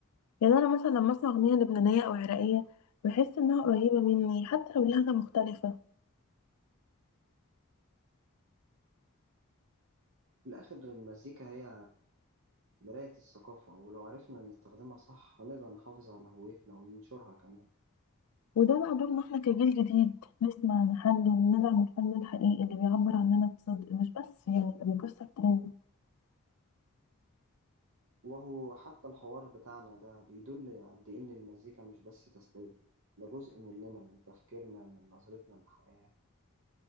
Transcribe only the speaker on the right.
في الآخر المزيكا هي مراية الثقافة ولو عرفنا نستخدمها صح هنقدر نحافظ على هويتنا وننشرها كمان
وهو حتى الحوار بتاعنا ده بيدل قد إيه إن المزيكا مش بس تسلية ده جزء مننا من تفكيرنا من نظرتنا للحياة